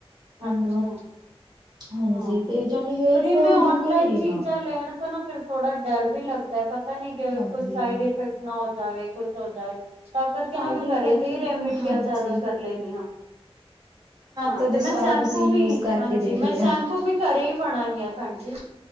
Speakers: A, on the right; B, on the right.
A: ਅੱਛਾ।
B: ਅੰਦਰੋਂ ਹਾਂਜੀ
A: ਹਾਂ
B: ਤੇ ਜਾਣੀ ਹੇਅਰ
A: ਓਏ ਏ
B: ਫੋਲ
A: ਮੈਂ ਔਨਲਾਈਨ
B: ਰੁਕ ਨਹੀਂ ਰਿਹਾ
A: ਚੀਜ਼ਾਂ ਲੈਣ ਤੋਂ ਨਾ ਫਿਰ ਥੋੜਾ ਡਰ ਵੀ ਲੱਗਦੈ। ਪਰ ਪਤਾ ਨੀ ਕੀ
B: ਹਾਂਜੀ
A: ਕੁੱਛ ਸਾਈਡ ਇਫੈਕਟ ਨਾ ਹੋ ਜਾਵੇ ਕੁੱਛ ਹੋ ਜਾਵੇ। ਤਾਂ ਕਰਕੇ
B: ਸਾਈਡ
A: ਨਾ ਮੈਂ
B: ਇਫੈਕਟ
A: ਘਰੇ ਦੀ ਰੈਮੀਡੀਆਂ
B: ਹਾਂਜੀ
A: ਜਾਦਾ ਕਰ ਲੈਨੀਂ ਆ। ਹਾਂ।
B: ਤਾਂ ਜੀ
A: ਤੇ ਮੈਂ
B: ਸਾਰਾ
A: ਸ਼ੈਂਪੂ
B: ਕੁਛ ਯੂਜ
A: ਵੀ
B: ਕਰਕੇ
A: ਹਾਂਜੀ
B: ਦੇਖ
A: ਮੈਂ।
B: ਲਿਆ
A: ਸ਼ੈਂਪੂ ਵੀ ਘਰ ਹੀ ਬਣਾ ਨੀ ਆ ਭੈਣ ਜੀ,